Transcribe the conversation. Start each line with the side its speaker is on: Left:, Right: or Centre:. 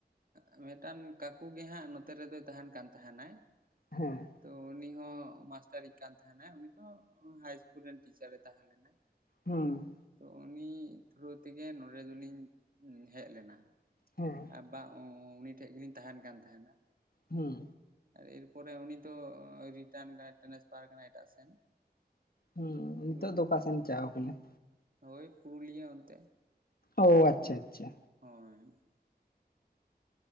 Right: ᱮᱸᱻ ᱢᱤᱫᱴᱟᱱ ᱠᱟᱠᱩ ᱜᱮ ᱦᱟᱸᱜ ᱱᱚᱛᱮ ᱨᱮᱫᱚᱭ ᱛᱟᱦᱮᱱ ᱠᱟᱱ ᱛᱟᱦᱮᱱᱟᱭ᱾
Left: ᱦᱮᱸ
Right: ᱛᱚ ᱩᱱᱤ ᱦᱚᱸ ᱢᱟᱥᱴᱟᱨᱤᱡ ᱠᱟᱱ ᱛᱟᱦᱮᱱᱟᱭ ᱩᱱᱤ ᱫᱚᱚ ᱦᱟᱭ ᱤᱥᱠᱩᱞ ᱨᱮᱱ ᱴᱤᱪᱟᱨᱮ ᱛᱟᱦᱮᱸ ᱞᱮᱱᱟᱭ।
Left: ᱦᱩᱸ
Right: ᱛᱚ ᱩᱱᱤ ᱛᱷᱚᱨᱳ ᱛᱮᱜᱮ ᱱᱚᱰᱮ ᱫᱚᱞᱤᱧ ᱦᱮᱡ ᱞᱮᱱᱟ।
Left: ᱦᱮᱸ
Right: ᱟᱨ ᱵᱟᱝ ᱩᱱᱤ ᱴᱷᱮᱡ ᱜᱮᱞᱤᱧ ᱛᱟᱦᱮᱱ ᱠᱟᱱ ᱛᱟᱦᱮᱱᱟ।
Left: ᱦᱩᱸ
Right: ᱮᱨᱯᱚᱨᱮ ᱩᱱᱤ ᱫᱚ ᱨᱤᱴᱟᱱ ᱠᱟᱱᱟ ᱴᱮᱱᱮᱥᱯᱷᱟᱨ ᱠᱟᱱᱟᱭ ᱮᱴᱟᱜ ᱥᱮᱱ।
Left: ᱦᱩᱸ ᱱᱤᱛᱚᱜ
Right: ᱛᱚ
Left: ᱫᱚ ᱚᱠᱟ ᱥᱮᱱ ᱪᱟᱣ ᱠᱟᱱᱟᱭ?
Right: ᱦᱳᱭ ᱯᱩᱨᱩᱞᱤᱭᱟᱹ ᱚᱱᱛᱮ।
Left: ᱚᱻ ᱟᱪᱪᱷᱟ ᱟᱪᱪᱷᱟ।
Right: ᱦᱳᱭ